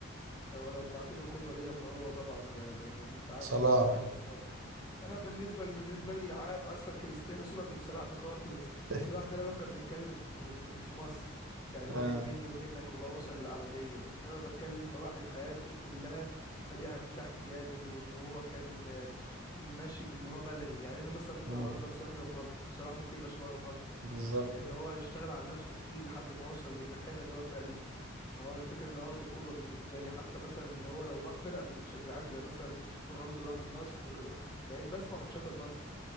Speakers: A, on the left (about 20°); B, on the right (about 85°).
A: هو لو بعتبره قدوة ليا فهو طبعا آه، انت عارفه
B: صلاح
A: كريستيانو رونالدو انا بالنسبه بالنسبه لي العام اصلا كريستيانو سيبك من صلاح ده خالص <laughs>
B: <laughs>
A: صلاح ده لو احنا بنتكلم في في في في مصر يعني واحد
B: آه
A: مني ومنك وبقى وصل للعالميه انما بتكلم كواحد حياته كلها بادئها من تحت جامد وان هو كان آه، ماشي باللي هو بدني يعني انا مثلا ممكن
B: مم،
A: اقرب لك صلاح لرونالدو صلاح ممكن يبقى شبه رونالدو
B: بالظبط
A: ان هو يشتغل على نفسه كتير لحد ما وصل للمكانه اللي هو فيها دي فهو الفكره ان هو واخده قدوه بالنسبه لي حتى مثلا اللي هو لو راح فرقه ما بتشجعهاش زي مثلا رونالدو راح النصر بقيت بسمع ماتشات النصر